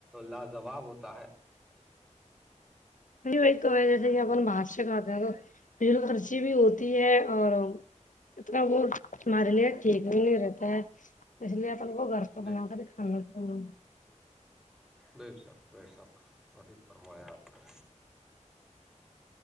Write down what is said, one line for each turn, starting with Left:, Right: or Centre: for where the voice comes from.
Centre: لا جوواب ہوتا ہے
Left: نہیں تو جیسے کہ اپنا بادش کات د ہیں تو بل خرچی بھی ہوتی ہے اور اتنا وہ ہمار لیے ٹھیک بھی نہیں رہتا ہے اس لیے اپن کو گھر
Centre: بے
Left: بنا
Centre: شک
Left: کر کانا چ
Centre: بے شک بے شک وہی فرمایا آپ نے